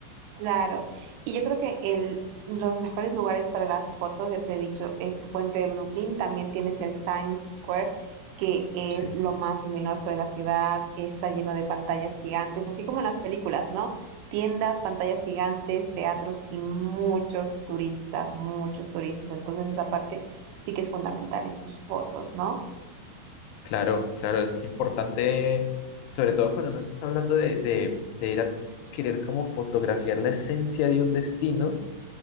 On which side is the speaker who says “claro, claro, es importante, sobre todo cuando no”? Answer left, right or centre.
Left